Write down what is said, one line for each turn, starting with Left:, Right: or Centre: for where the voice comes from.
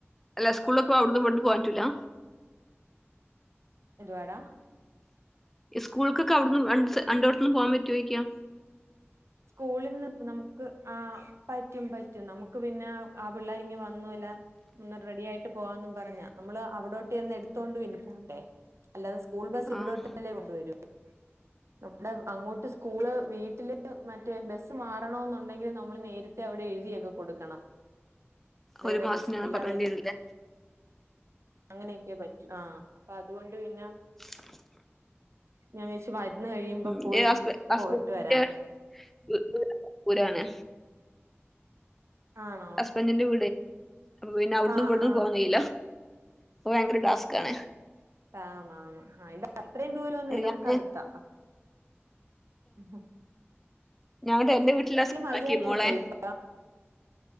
Centre: അല്ല സ്കൂളിലപ്പോ അവിടന്ന് പോവാൻ വേണ്ടി പറ്റുല്ലാ
Right: എന്തുവാടാ?
Centre: സ്കൂൾക്കൊക്കെ അവിടന്ന് <unintelligible> അൻ്റെ അടുത്തുന്ന് പോവാൻ പറ്റുവോ ചോയിക്കാ
Right: സ്കൂളിന്ന് ഇപ്പ നമുക്ക് ആഹ് പറ്റും പറ്റും നമുക്ക് പിന്നെ ആഹ് പിള്ളേരിങ്ങ് വന്നു എല്ലാം ഒന്ന് റെഡി ആയിട്ട് പോവാന്നും പറഞ്ഞാ നമ്മള് അവിടോട്ട് ചെന്ന് എടുത്തോണ്ട് പിന്നെ പോണ്ടേ അല്ലാതെ സ്കൂൾ ബസ് ഇവിടോട്ടല്ലേ
Centre: ആഹ്
Right: കൊണ്ടുവരൂ നമ്മുടെ അങ്ങോട്ട് സ്കൂള് വീട്ടില് മറ്റേ ബസ്സ് മാറണോന്ന് ഒണ്ടെങ്കിലില് നമ്മൾ നേരത്തെ അവിടെ എഴുതിയൊക്കെ കൊടുക്കണം വേറെ
Centre: ഒരു മാസത്തിനങ്ങനെ
Right: ബസ്സ് എല്ലാം നൽ
Centre: <unintelligible>
Right: അങ്ങനെയൊക്കെ പറ്റു ആഹ് അപ്പൊ അതുകൊണ്ട് പിന്നെ
Centre: ഉ
Right: ഞാൻ വിചാരിച്ച് മരുന്ന് കഴിയുമ്പോ പോയി
Centre: ഇന്റെ ഹസ്ബ ഹസ്ബന്റിന്റെ
Right: പോയിട്ട് വരാന്ന്
Centre: <unintelligible> ദൂരാണ്
Right: ആണോ
Centre: ഹസ്ബൻഡിന്റെ വീടെ അപ്പൊ പിന്നെ അവിടന്നും
Right: ആ
Centre: ഇവിടുന്നും
Right: ആ
Centre: പോകാൻ കഴിയല്ലോ അപ്പൊ ഭയങ്കര ടാസ്ക് ആണ്
Right: ആന്ന് ആന്ന് ആഹ് ഇത് അത്രയും ദൂരൊന്നുല്ല
Centre: അതുകൊണ്ട്
Right: നമുക്ക്
Centre: ഞാന്
Right: അടുത്താ ഉ
Centre: ഞാട്ട് എന്റെ വീട്ടിലാ സ്കൂളാക്കി
Right: വയ്യാഴി
Centre: മോളെ
Right: ഉണ്ടോ ഇപ്പ